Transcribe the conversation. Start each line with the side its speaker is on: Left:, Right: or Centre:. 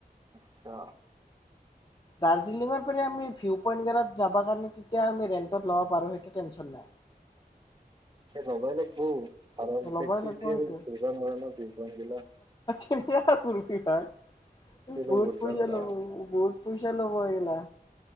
Right: আচ্ছা
Left: দাৰ্জিলিং পৰা আমি ভিও পয়েনত গিলাত যাব কাৰণে যেতিয়া ৰেন্তত লব পাৰোঁ আমি তেতিয়া আমি টেন্সন নাই।
Right: লব লাগ বৌ কাৰণ
Left: নাই ল'বই
Right: তেকচি
Left: লাগিব
Right: দিযে
Left: সেইটো
Right: ঘূৰিব নোৱাৰি ন ভিউ পইণ্ট বিলাক।
Left: টা কুৰচি হয়
Right: লৈ
Left: বহুত
Right: ঘূৰিব
Left: পইচা
Right: নোৱাৰা
Left: ল'ব বহুত পইচা ল'ব এইগিলা